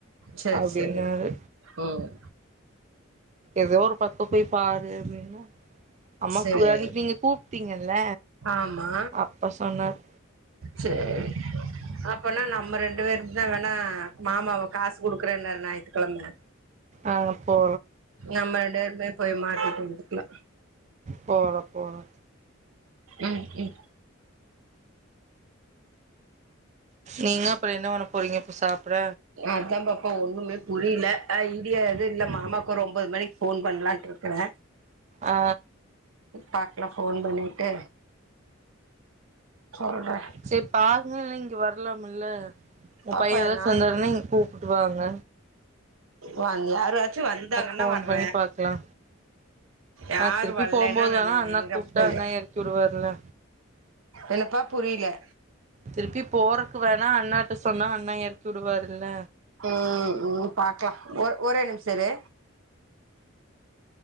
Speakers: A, on the right (about 75°); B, on the right (about 35°).
A: சேர்
B: அப்டின்னாரு
A: சேரி ம்
B: எதோ ஒரு பக்கப் போய் பாரு அப்டின்னா அம்மாக்கு
A: சேரி
B: அன்னெக் நீங்க கூப்டீங்கல்ல
A: ஆமா
B: அப்ப சொன்னார்
A: சேரி அப்பனா நம்ம ரெண்டு பேரு தா வேணா மாமாவ காசு குடுக்குறேனாரு நாய் கெழமைங்க
B: ஆ அப்போ
A: நம்ம ரெண்டு பேரு போய் போய் மாட்டிட் வந்ருக்லா
B: போலா போலா
A: ம் ம்
B: நீங்க அப்றோ என்ன பண்ண போறீங்க இப்ப சாப்ட
A: அத்தா பாப்பா ஒண்ணுமே புரியல அ இங்க எதுவு இல்ல மாமாக்கு ஒரு ஒன்பது மணிக்கு ஃபோன் பண்லான்ட்ருக்றே
B: ஆ
A: பாக்லா ஃபோன் பண்ணிட்டு சொல்றெ
B: செரிப்பாருங்க இல்ல இங்க வர்லாமுல்ல உ
A: பாப்பா
B: பைய்ய ஏதாச்சு
A: என்னால
B: வந்தாருன்ன இங்க கூப்ட்டுவாங்க
A: வா யாராச்சு வந்தாங்கன்னா
B: ஃபோன்
A: வர்றே
B: பண்ணி பாக்கலா
A: யாரு
B: ஆ திருப்பி
A: வலாலேன்னா
B: போம்போது
A: நா
B: வேணா அண்ணா
A: எங்கப்போவே
B: கூப்பிட்டா அண்ணா எறக்கி விடுவாருல்ல
A: என்னப்பா புரிலே
B: திருப்பி போறக்கு வேணா அண்ணாட்ட சொன்னா அண்ணா எறக்கி உடுவாருல்ல
A: ம் ம் பாக்லா ஒ ஒரே நிம்ஷொ இரு